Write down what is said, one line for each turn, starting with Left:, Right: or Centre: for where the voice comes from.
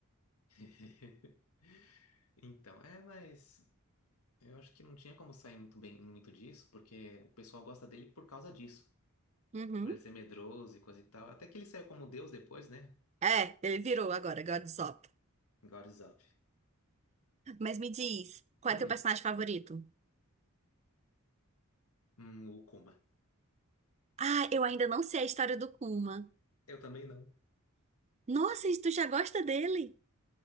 Left: <laughs> Então, é, mas eu acho que não tinha como sair muito bem, muito disso, porque o pessoal gosta dele por causa disso.
Right: Uhum.
Left: Por ele ser medroso e coisa e tal. Até que ele saiu como Deus depois, né?
Right: É, ele virou agora, agora Usopp.
Left: God is up.
Right: Mas me diz, qual
Left: Hum,
Right: é teu personagem favorito?
Left: hum, o Kuma.
Right: Ah, eu ainda não sei a história do Kuma.
Left: Eu também não.
Right: Nossa, e tu já gosta dele?